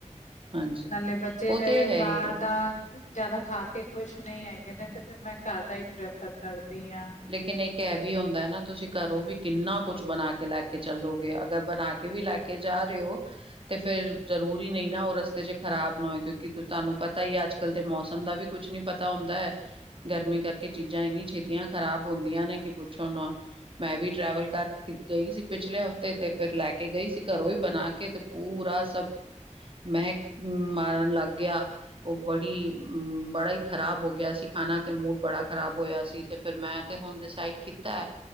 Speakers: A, on the right; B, on the left.
A: ਹਾਂਜੀ,
B: ਨਾਲੇ ਬੱਚੇ
A: ਉਹ
B: ਮੇਰੇ,
A: ਤੇ ਹੈ
B: ਬਾਹਰ
A: ਹੀ ਹੈ।
B: ਦਾ ਜ਼ਿਆਦਾ ਖਾਕੇ ਖ਼ੁਸ਼ ਨਹੀਂ ਹੈਗੇ ਨੇ ਤੇ, ਫਿਰ ਮੈਂ ਘਰ ਦਾ ਹੀ ਪ੍ਰੈਫਰ ਕਰਦੀ ਹਾਂ।
A: ਲੇਕਿਨ ਇੱਕ ਐ ਵੀ ਹੁੰਦਾ ਨਾ, ਤੁਸੀਂ ਘਰੋ ਵੀ ਕਿੰਨਾ ਕੁਛ ਬਣਾਕੇ ਲੈਕੇ ਕੇ ਚੱਲੋਗੇ, ਅਗਰ ਬਣਾਕੇ ਵੀ ਲੈਕੇ ਜਾ ਰਹੇ ਹੋ, ਤੇ ਫਿਰ, ਜ਼ਰੂਰੀ ਨਹੀਂ ਨਾ, ਉਹ ਰਸਤੇ'ਚ ਖ਼ਰਾਬ ਨਾ ਹੋਏ ਕਿਉਂਕਿ, ਤੁਹਾਨੂੰ ਪਤਾ ਹੀ ਅੱਜ-ਕੱਲ ਦੇ ਮੌਸਮ ਦਾ ਵੀ ਕੁਛ ਨੀ ਪਤਾ ਹੁੰਦਾ ਹੈ, ਗਰਮੀ ਕਰਕੇ, ਚੀਜ਼ਾਂ ਇੰਨੀ ਛੇਤੀਆਂ ਖ਼ਰਾਬ ਹੁੰਦੀਆਂ ਨੇ ਕਿ, ਪੁੱਛੋ ਨਾ ਆ। ''ਮੈਂ ਵੀ ਟਰੈਵਲ ਕਰ ਗਈ ਸੀ, ਪਿਛਲੇ ਹਫ਼ਤੇ ਤੇ, ਫਿਰ ਲੈਕੇ ਗਈ ਸੀ, ਘਰੋਂ ਵੀ ਬਣਾਕੇ ਤੇ ਪੂਰਾ ਸਭ। ਮਹਿਕ ਮਾਰਨ ਲੱਗ ਗਿਆ। ਉਹ ਬੜੀ, ਬੜਾ ਹੀ ਖ਼ਰਾਬ ਹੋ ਗਿਆ ਸੀ, ਖਾਣਾ ਤੇ ਮੂਡ ਬੜਾ ਖ਼ਰਾਬ ਹੋਇਆ ਸੀ ਤੇ, ਫਿਰ ਮੈਂ, ਤੇ ਹੁਣ ਡਿਸਾਈਡ ਕੀਤਾ